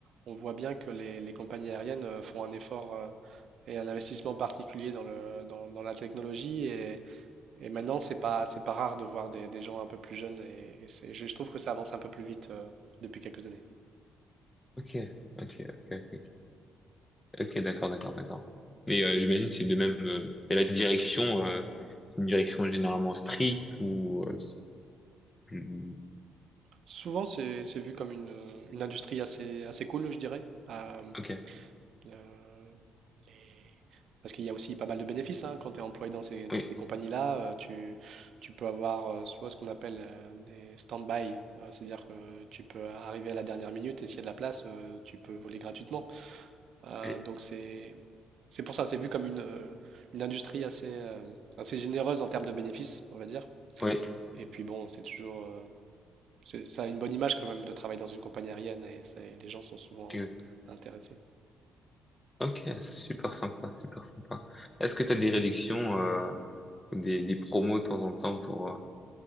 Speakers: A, on the right (about 65°); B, on the left (about 15°).
A: on voit bien que les, les compagnies aériennes euh, font un effort euh, et un investissement particulier dans le dans, dans la technologie et Et maintenant, c'est pas, c'est pas rare de voir des, des gens un peu plus jeunes et, et c'est, je, je trouve que ça avance un peu plus vite euh, depuis quelques années.
B: Ok. Ok, ok, ok, ok, Ok, d'accord, d'accord, d'accord. Mais euh, j'imagine que c'est de même. Euh, et la direction, euh, c'est une direction généralement stricte ou. euh, c'est plus-
A: Souvent, c'est, c'est vu comme une, euh, une industrie assez, assez cool, je dirais. Euh,
B: ok,
A: la- les- Parce qu'il y a aussi pas mal de bénéfices hein, quand tu es employé dans ces, dans
B: oui,
A: ces compagnies-là. euh, tu, tu peux avoir euh, soit ce qu'on appelle euh, des stand-by, euh, c'est-à-dire que tu peux arriver à la dernière minute et s'il y a de la place, euh, tu peux voler gratuitement. Euh,
B: oui,
A: donc c'est C'est pour ça, c'est vu comme une, euh, une industrie assez, euh, assez généreuse en termes de bénéfices, on va dire.
B: oui.
A: Et puis bon, c'est toujours, euh, c'est- ça a une bonne image quand même de travailler dans une compagnie aérienne et c'est- les gens sont souvent
B: oui.
A: intéressés.
B: Ok, super sympa, super sympa. Est-ce que tu as des réductions, euh, ou des, des promos de temps en temps pour euh,